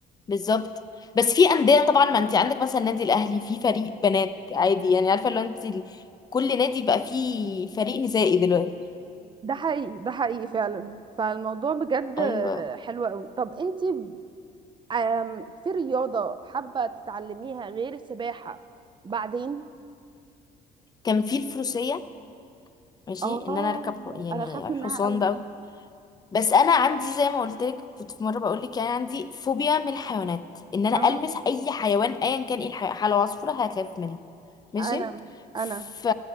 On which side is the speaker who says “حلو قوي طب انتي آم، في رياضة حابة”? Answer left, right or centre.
Right